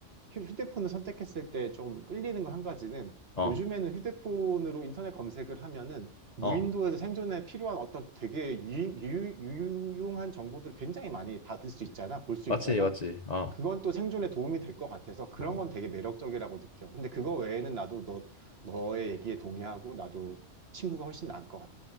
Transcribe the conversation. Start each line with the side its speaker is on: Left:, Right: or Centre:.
Right: 휴- 휴대폰을 선택했을 때 좀 끌리는 거 한 가지는
Left: 어,
Right: 요즘에는 휴대폰으로 인터넷 검색을 하면은 무인도에서
Left: 어,
Right: 생존에 필요한 어떤 되게 유, 유, 유용한 정보들을 굉장히 많이 받을 수 있잖아, 볼 수
Left: 맞지,
Right: 있잖아.
Left: 맞지. 어,
Right: 그건 또 생존에 도움이 될 것 같아서 그런
Left: 어,
Right: 건 되게 매력적이라고 느껴. 근데 그거
Left: 어,
Right: 외에는 나도 너, 너의 얘기에 동의하고 나도 친구가 훨씬 나을 것 같아.